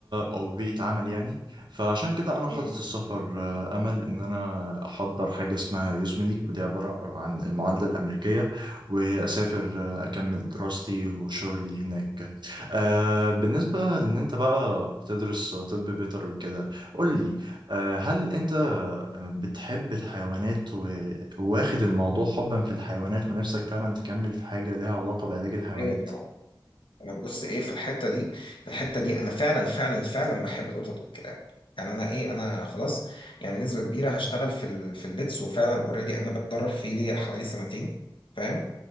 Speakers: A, on the right (about 65°); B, on the left (about 80°).
A: او بيئه عمل يعني فعشان كده انا حاطط
B: مم.
A: السفر آه، امل ان انا احضر حاجه اسمها يوزملي ودي عباره عن المعادله الامريكيه واسافر آه، اكمل دراستي وشغلي هناك آه، بالنسبه لان انت بقى بتدرس طب بيطري وكده قول لي آه، هل انت آه، بتحب الحيوانات و- وواخد الموضوع حبا في الحيوانات ونفسك فعلا تكمل في حاجه لها علاقه بعلاج الحيوانات
B: ايوه طبعا انا بص ايه في الحتة دي في الحتة دي انا فعلا فعلا فعلا بحب القطط والكلاب يعني انا ايه انا خلاص يعني بنسبة كبيرة هشتغل في ال- في البيتس وفعلا اوريدي انا بتدرب فيه ليا حوالي سنتين فاهم